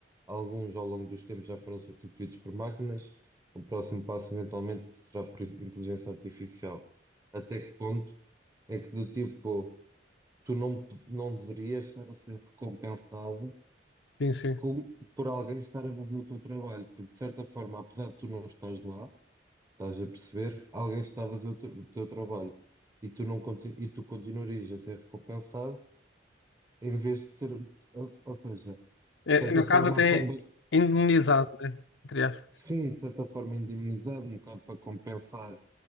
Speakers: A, on the right; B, on the left.
A: alguns ao longo dos tempos já foram substituídos por máquinas. O próximo passo eventualmente será por inteligência artificial. Até que ponto é que do tipo, tu não, não deverias estar a ser recompensado
B: Sim, sim.
A: com- por alguém estar a fazer o teu trabalho? Porque de certa forma, apesar de tu não estás lá, estás a perceber, alguém está a fazer o teu, o teu trabalho e tu não conti- e tu continuarias a ser recompensado em vez de ser, ou, ou seja, de
B: É,
A: certa
B: no
A: forma
B: caso, até
A: a combater
B: indemnizado, né? Entre aspas.
A: Sim, de certa forma indemnizado, um bocado para compensar